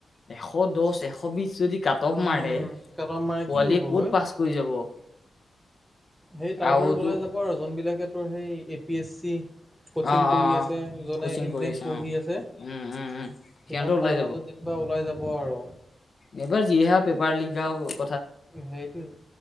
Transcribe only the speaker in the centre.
উম
কাট অফ মাৰে
কি হ'বগৈ
সেই তাৰ
ভিতৰত ওলাই যাব আৰু জোনবিলাকে তোৰ সেই এ পি এছ চি কচিং
কৰি
আছে, জোনে
এনি
টাইম
পঢ়ি
আছে,
সিহঁত
তাৰ
মাজত যে বা ওলাই যাব আৰু।
সেইটোৱে,